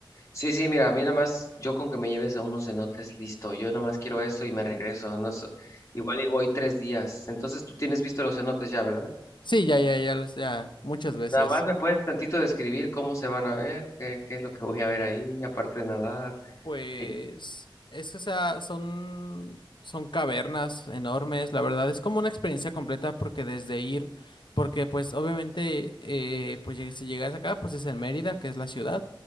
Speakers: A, on the left; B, on the left.
A: sí, sí, mira, a mí nada más, yo con que me lleves a unos cenotes, listo, yo nada más quiero eso y me regreso, no, so- igual y voy tres días, entonces tú tienes visto los cenotes ya, ¿verdad?
B: Sí, ya, ya, ya, los- ya, muchas veces.
A: Nada más me puedes tantito describir cómo se van a ver, qué, qué es lo que voy a ver ahí, aparte de nadar,
B: Pues,
A: Ay,
B: es, o sea, son, son cavernas enormes, la verdad, es como una experiencia completa porque desde ir, porque pues obviamente, eh, pues lleg- si llegas acá, pues es en Mérida, que es la ciudad,